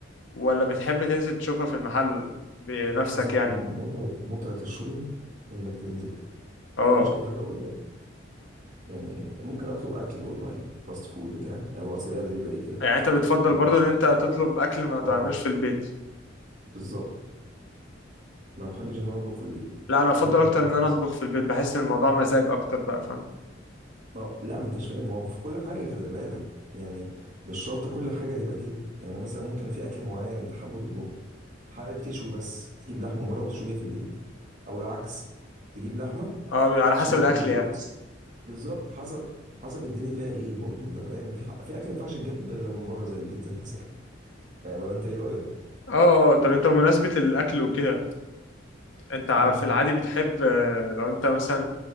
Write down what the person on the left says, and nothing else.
ولا بتحب تنزل تشوفها في المحل بنفسك
يعني
اه
يعني انت بتفضل
برضه ان انت تطلب اكل ما تعملوش
في البيت
لا انا افضل
اكتر
ان انا اطبخ في البيت بحس ان الموضوع مزاج اكتر بقى فاهم
اه بيبقى على
حسب الاكل
يعني
اه اه اه. طب انت بمناسبة الاكل وكده انت ع-
في العادي بتحب آه، لو انت مثلا